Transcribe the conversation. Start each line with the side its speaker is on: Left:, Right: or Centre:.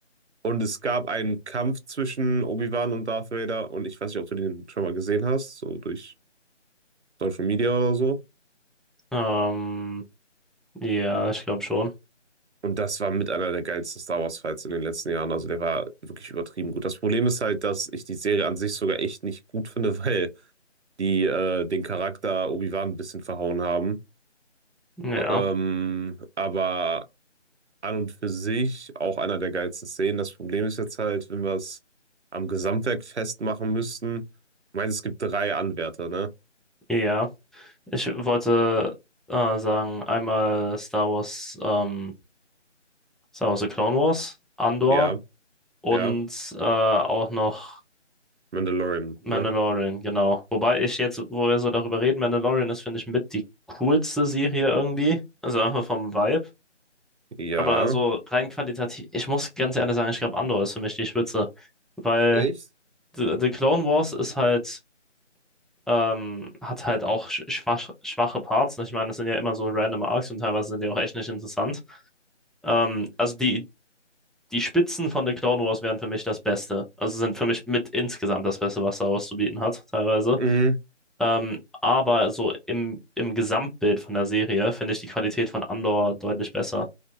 Right: Und es gab einen Kampf zwischen Obi-Wan und Darth Vader. Und ich weiß nicht, ob du den schon mal gesehen hast, so durch Social Media oder so.
Centre: ähm, ja, ich glaube schon.
Right: Und das war mit einer der geilsten Star Wars Fights in den letzten Jahren. Also der war wirklich übertrieben gut. Das Problem ist halt, dass ich die Serie an sich sogar echt nicht gut finde, <laughs> weil die äh, den Charakter Obi-Wan ein bisschen verhauen haben.
Centre: Ja,
Right: Ähm, aber an und für sich auch einer der geilsten Szenen. Das Problem ist jetzt halt, wenn wir es am Gesamtwerk festmachen müssten. Ich meine, es gibt drei Anwärter, ne?
Centre: ja. Ich wollte äh, sagen, einmal Star Wars, ähm, Star Wars The Clone Wars, Andor
Right: Ja,
Centre: und
Right: ja.
Centre: äh, auch noch
Right: Mandalorian,
Centre: Mandalorian,
Right: ne?
Centre: genau. Wobei ich jetzt, wo wir so darüber reden, Mandalorian ist, finde ich, mit die coolste Serie irgendwie. Also einfach vom Vibe.
Right: Ja.
Centre: Aber so rein qualitativ, ich muss ganz ehrlich sagen, ich glaube, Andor ist für mich die Spitze. Weil
Right: Echt?
Centre: The, The Clone Wars ist halt, ähm, hat halt auch sch- schwach, schwache Parts. Ich meine, das sind ja immer so random Arcs und teilweise sind die auch echt nicht interessant. Ähm, also die die Spitzen von The Clone Wars wären für mich das Beste. Also sind für mich mit insgesamt das Beste, was Star Wars zu bieten hat, teilweise.
Right: Mhm.
Centre: Ähm, aber so im, im Gesamtbild von der Serie finde ich die Qualität von Andor deutlich besser.